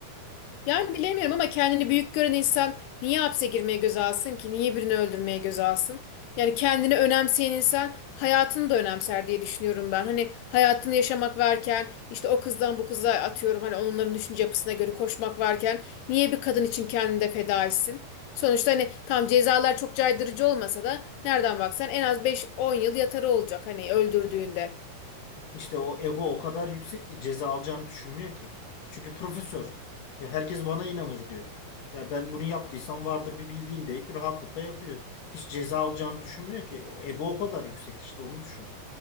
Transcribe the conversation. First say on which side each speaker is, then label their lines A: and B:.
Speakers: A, on the left; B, on the left.
A: Yani bilemiyorum ama kendini büyük gören insan niye hapse girmeye göze alsın ki? Niye birini öldürmeye göze alsın? Yani kendini önemseyen insan hayatını da önemser diye düşünüyorum ben. Hani hayatını yaşamak varken işte o kızdan bu kıza atıyorum hani onların düşünce yapısına göre koşmak varken niye bir kadın için kendini de feda etsin? Sonuçta hani tam cezalar çok caydırıcı olmasa da nereden baksan en az beş on yıl yatarı olacak hani öldürdüğünde.
B: İşte o ego o kadar yüksek ki ceza alacağını düşünmüyor ki. Çünkü profesör. Ya herkes bana inanır diyor. Ya ben bunu yaptıysam vardır bir bildiğim deyip bir rahatlıkla yapıyor. Hiç ceza alacağını düşünmüyor ki. O Ego o kadar yüksek işte onu düşün.